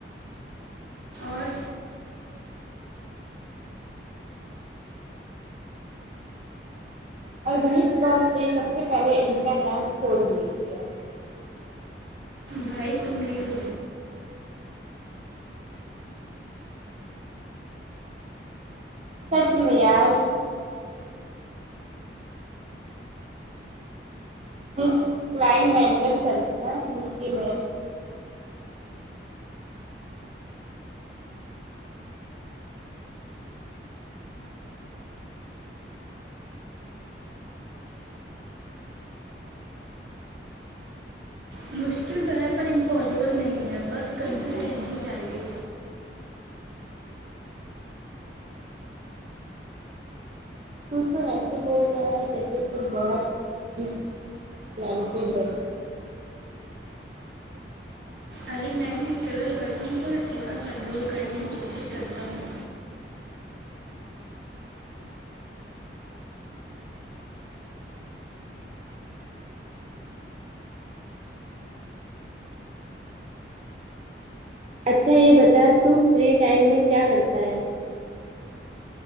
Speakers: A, on the right; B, on the right.
A: اور
B: اور وہی سے بات سب سے پہلے انسٹاگرام کھول دی گیا
A: وئی تو نسے
B: سچ میال جس کلائن مینٹین کرنا مشکل ہے
A: مشکل تو ہے پر امپوسبل نہیں ہے بس کنسسٹینسی چاہیے
B: تو تو ایسے بول رہا ہے جیسے تو بہت ڈٹی ہے
A: ابھی میں بھی اسٹرگل کرتا ہوں پر تھوڑا کنٹرول کرنے کی کوشش کرتا ہوں
B: اچھا یہ بتا تو فری ٹائم میں کیا کرتا ہے